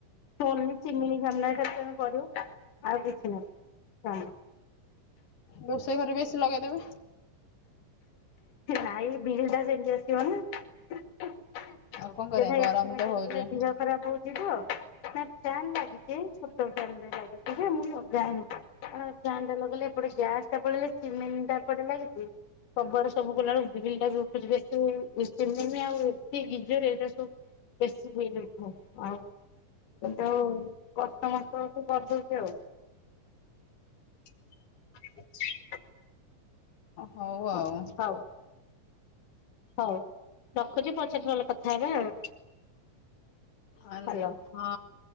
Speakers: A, on the left; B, on the left.
A: ତମର ଏମିତି ଚିମିନି ସାମ୍ନାରେ ଖାଲି କରିବ ଆଉ କିଛି ନାହିଁ। ହଁ,
B: ରୋଷେଇ ଘରେ ଏସି ଲଗେଇଦବେ,
A: ନାଇ ବିଲ୍ ଟା ସେମିତି ଆସିବ ନା। ସବୁଜାଗା
B: ଆଉ କଣ କରିବା ଗରମ
A: ଏସି ମେନଟେନ
B: ତ ହଉଛି
A: କଲେ ଦେହ ଖରାପ ହଉଛି ତ ନାଇ ଫ୍ୟାନ୍ ଲାଗିଛ ଛୋଟ ଫ୍ୟାନ ଲାଗିଛି ଯେ ମୁଁ ଲଗାଏନି କାରଣ ଫ୍ୟାନ ଲଗେଇଲେ ଏପଟେ ଗ୍ୟାସ ଟା ପଡେଇଲେ ଚିମିନ ଏପଟେ ଲାଗିଛି। ସବୁଆଡେ ସବୁ କଲା ବେଳକୁ ବିଲ୍ ଟା ବି ଉଠୁଛି ବେଶୀ ଆଉ ସେ ଗିଜର ଏରା ସବୁ ବେଶୀ ବିଲ୍ ଉଠେ ଆଉ କିନ୍ତୁ କଷ୍ଟମତେ ହଉଛି କରିଦଉଛି ଆଉ। <unintelligible>
B: ହଉ
A: ଅ
B: ଆଉ
A: ହଉ। ହଉ ରଖୁଛି ପଛର ନହେଲେ କଥା ହେବା ଆଉ। ହ୍ୟାଲୋ।
B: ଆ ହଁ